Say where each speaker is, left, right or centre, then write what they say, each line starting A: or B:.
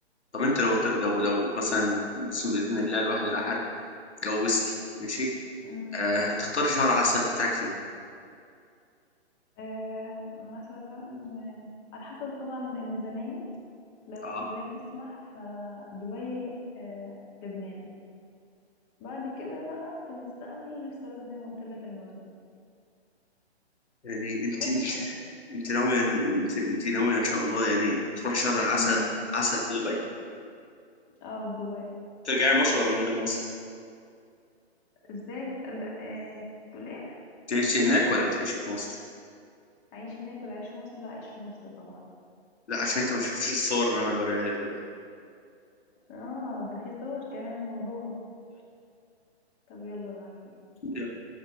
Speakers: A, on the left; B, on the left.
A: طب انت لو لو لو مثلا بسم باذن الله الواحد الاحد اتجوزتي ماشي
B: امم
A: آه هتختاري شهر عسل بتاعك فين
B: آه مثلا آه على حسب طبعا الميزانيه لو
A: اه
B: الميزانيه تسمح فدبي آه لبنان بعد كده بقى في المستقبل نفسي اروح زي ما قلت لك المغرب
A: يعني انت
B: بس
A: <laughs> انت
B: بقى
A: انت ناويه ان انت انت ناويه ان شاء الله يعني تروح شهر عسل
B: امم
A: عسل في دبي
B: اه في دبي
A: ترجعي مصر ولا من غير مصر
B: ازاي ارجع ايه تقول ايه
A: تعيشي هناك ولا تعيشي في مصر
B: اعيش هناك ولا اعيش في مصر لا اعيش في مصر طبعا
A: لا عشان انت ما شفتش الصور اللي انا هوريها لك دلوقتي
B: اه ده في صور كمان الموضوع طب يلا ابعتلي
A: اي